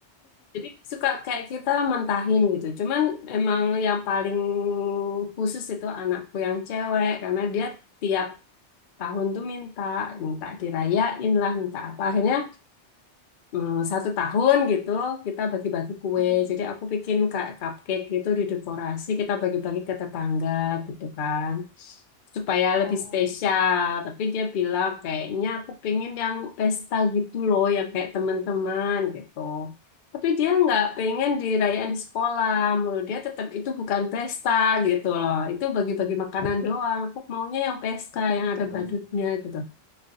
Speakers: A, on the left (about 55°); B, on the left (about 80°).
A: Jadi suka kayak kita mentahin gitu. Cuman emang yang paling khusus itu anakku yang cewek karena dia tiap tahun tuh minta, minta dirayain lah, minta apa. Akhirnya mm, satu tahun gitu kita bagi-bagi kue.
B: <laughs>
A: Jadi aku bikin kayak cupcake gitu di dekorasi kita bagi-bagi ke tetangga gitu kan. Supaya lebih
B: oh,
A: spesial. Tapi dia bilang kayaknya aku pengen yang pesta gitu loh yang kayak teman-teman gitu. Tapi dia nggak pengen dirayain di sekolah. Menurut dia tetap itu bukan pesta gitu loh. Itu bagi-bagi makanan
B: Ini
A: doang. Aku maunya yang pesta
B: ke teman-teman
A: yang ada badutnya gitu.